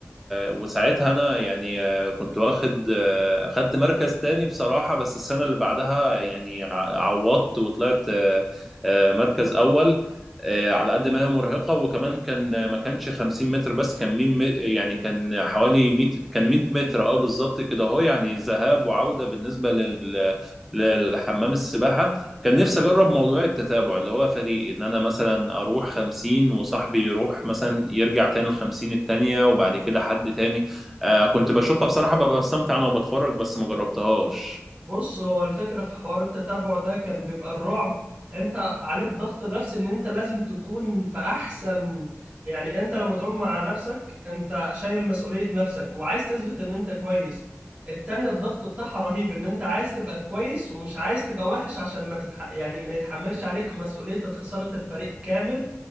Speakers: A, in the centre; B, on the right.
A: وساعتها انا يعني آه، كنت واخد آه، خدت مركز تاني بصراحة بس السنة اللي بعدها يعني ع- عوضت وطلعت آه، آه، مركز اول آه، على قد ما هي مرهقه وكمان كان ما كانش 50 متر بس كان 100 يعني كان حوالي 100 كان 100 متر اه بالظبط كده اهو يعني ذهاب وعوده بالنسبه لل للحمام السباحه كان نفسي اجرب موضوع التتابع اللي هو فريق ان انا مثلا اروح 50 وصاحبي يروح مثلا يرجع تاني ال 50 التانيه وبعد كده حد تاني آه كنت بشوفها بصراحه ببقى مستمتع انا وبتفرج بس ما جربتهاش
B: بص هو الفكرة في حوار التتابع ده كان بيبقى الرعب انت عليك ضغط نفسي ان انت لازم تكون في احسن يعني انت لما تعوم مع نفسك انت شايل مسؤولية نفسك وعايز تثبت ان انت كويس التانية الضغط بتاعها رهيب ان انت عايز تبقى كويس ومش عايز تبقى وحش عشان ما تتح... يعني ما يتحملش عليك مسؤولية خسارة الفريق كامل